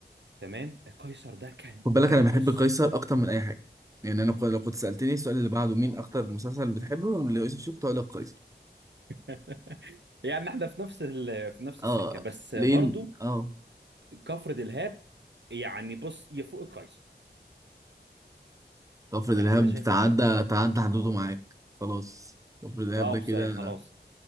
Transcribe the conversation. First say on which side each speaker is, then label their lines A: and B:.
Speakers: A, on the right; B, on the right.
A: تمام قيصر ده كان
B: خد بالك
A: كان
B: أنا بحب
A: بص
B: قيصر أكتر من أي حاجة يعني أنا ك- لو كنت سألتني السؤال اللي بعده مين أكتر مسلسل بتحبه ليوسف شوقي كنت هقول لك قيصر
A: <laughs> يعني احنا في نفس ال... في نفس السكه
B: أه
A: بس برضو
B: لين أه
A: كفر دلهاب يعني بص يفوق القيصر
B: طفرة
A: يعني
B: الإرهاب
A: انا شايفه
B: تعدى
A: لا
B: تعدى حدوده معاك خلاص طفرة الإرهاب
A: اه
B: ده
A: بس
B: كده
A: خلاص